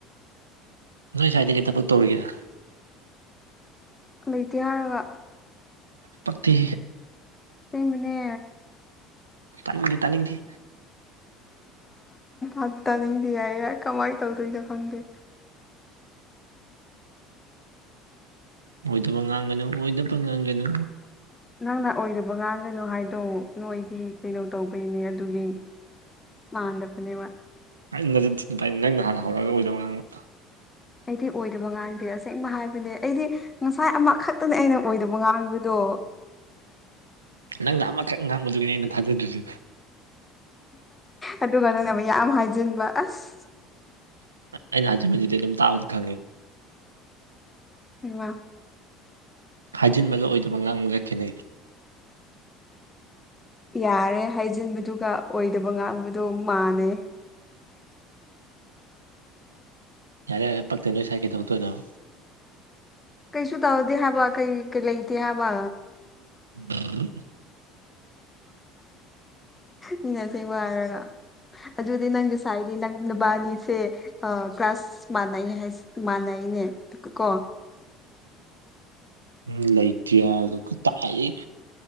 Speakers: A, on the right; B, on the left.
A: ꯅꯣꯏ ꯁ꯭ꯋꯥꯏꯗꯗꯒꯤ ꯊꯕꯛ ꯇꯧꯔꯤꯒꯦꯗ
B: ꯂꯩꯇꯦ ꯍꯥꯏꯔꯒ
A: ꯄꯛꯇꯛꯇꯤ
B: ꯇꯦꯡꯃꯤꯅꯦ
A: ꯇꯅꯤꯡꯗꯤ ꯇꯅꯤꯡꯗꯤ
B: ꯑ ꯇꯥꯅꯤꯡꯗꯤꯦ ꯌꯥꯏ ꯌꯥꯏ ꯀꯃꯥꯏꯅ ꯇꯧꯗꯣꯏꯅꯣ ꯈꯪꯗꯦ
A: ꯑꯣꯏꯗꯕ ꯉꯥꯡꯒꯅꯨ ꯑꯣꯏꯗꯕ ꯉꯥꯡꯒꯅꯨ
B: ꯅꯪꯅ ꯑꯣꯏꯗꯕ ꯉꯥꯡꯒꯅꯨ ꯍꯥꯏꯗꯣ ꯅꯣꯏꯗꯤ ꯀꯩꯅꯣ ꯇꯧꯕꯩꯅꯦ ꯑꯗꯨꯒꯤ ꯃꯥꯥꯟꯗꯕꯅꯦꯕ
A: ꯀꯥꯏ ꯅꯟ ꯊꯤꯅ ꯇꯥꯏ ꯅꯪ ꯅꯥꯟ ꯍꯧꯔꯒꯗꯕ ꯉꯥꯡꯕꯗꯣ
B: ꯑꯩꯗꯤ ꯑꯣꯏꯗꯕ ꯉꯥꯡꯗꯦ ꯑꯁꯦꯡꯕ ꯍꯥꯏꯕꯅꯦ ꯑꯩꯗꯤ ꯉꯁꯥꯏ ꯑꯃꯈꯛꯇꯅꯦ ꯑꯩꯅ ꯑꯣꯏꯗꯕ ꯉꯥꯡꯕꯗꯣ
A: ꯅꯪꯅ ꯑꯃꯈꯛ ꯉꯥꯡꯕꯗꯨꯒꯤꯅꯦ ꯑꯩꯅ ꯊꯥꯖꯗ꯭ꯔꯤꯁꯦ
B: ꯑꯗꯨꯒ ꯅꯪꯅ ꯌꯥꯝ ꯍꯥꯏꯖꯤꯟꯕ ꯑꯁ
A: ꯑꯩꯅ ꯍꯧꯖꯤꯛ ꯍꯧꯖꯤꯗꯤ ꯑꯗꯨꯝ ꯇꯥꯕꯗꯤ ꯈꯪꯉꯦ
B: ꯑ
A: ꯍꯥꯏꯖꯤꯟꯕꯒ ꯑꯣꯏꯗꯕ ꯉꯥꯡꯕꯒ ꯈꯦꯠꯅꯩ
B: ꯌꯥꯔꯦ ꯍꯥꯏꯖꯤꯟꯕꯗꯨꯒ ꯑꯣꯏꯗꯕ ꯉꯥꯡꯕꯗꯣ ꯃꯥꯟꯅꯩ
A: ꯌꯥꯔꯦ ꯌꯥꯔ‌ꯦ ꯄꯛꯇ‌ꯦ ꯅꯣꯏ ꯁꯥꯏꯗꫭ ꯀꯩ ꯊꯕꯛ ꯇꯩꯏꯅꯣ
B: ꯀꯩꯁꯨ ꯇꯧꯗꯦ ꯍꯥꯏꯕ ꯀꯩ ꯀꯩ ꯂꯩꯇꯦ ꯍꯥꯏꯕ
A: ꯕꯔꯨ
B: ꯃꯤꯅ ꯑꯁ‌ꯦꯡꯕ ꯍꯥꯏꯔꯒ ꯑꯗꯨꯗꯤ ꯅꯪꯒꯤ ꯁꯥꯏꯗꯤ ꯅꯪ ꯅꯨꯕꯥꯅꯤꯁꯦ ꯑ ꯀ꯭ꯂꯥꯁ ꯃꯥꯟꯅꯩ ꯍꯥꯏ ꯃꯥꯟꯅꯩꯅꯦ ꯀꯣ
A: ꯎꯝ ꯂꯩꯇ꯭ꯌꯥ ꯑꯗꯨꯒ ꯇꯥꯛꯑꯦ